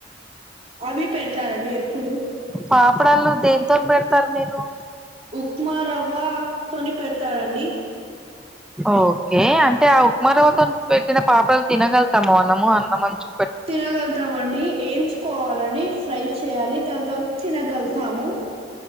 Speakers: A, on the right (about 35°); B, in the centre.
A: అవి పెడతారండి ఎప్పుడు
B: పాపడలు దేంతోని పెడతారు మీరు
A: ఉప్మా రవ్వతోని పెడతారంండి
B: ఓకే అంటే ఆ ఉప్మా రవ్వతోని పెట్టిన పాపడాలు తినగలుతామా మనము అంత మంచి
A: తినగలుగుతామండి ఎయించుకోవాలండి ఫ్రై చేయ్యాలి దాని తర్వాత తినగలుతాము